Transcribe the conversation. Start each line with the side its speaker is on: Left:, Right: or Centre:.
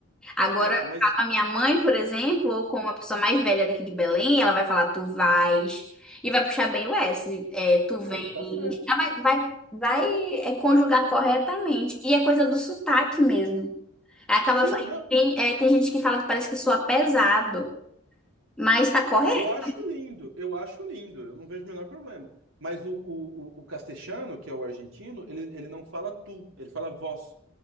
Centre: Agora,
Right: tá,
Centre: ficar
Right: mas.
Centre: com a minha mãe, por exemplo, ou com uma pessoa mais velha daqui de Belém, ela vai falar, tu vais, e vai puxar bem o S, é, tu
Right: É,
Centre: vens.
Right: tá certo.
Centre: Ela vai, vai, vai é, conjugar corretamente. E é coisa do sotaque mesmo. Acaba,
Right: Sim,
Centre: fa-
Right: não.
Centre: tem, é, tem gente que fala que parece que soa pesado, mas tá correto.
Right: Ah, eu acho lindo, eu acho lindo, eu não vejo o menor problema. Mas o, o, o, o castelhano, que é o argentino, ele, ele não fala tu, ele fala vós,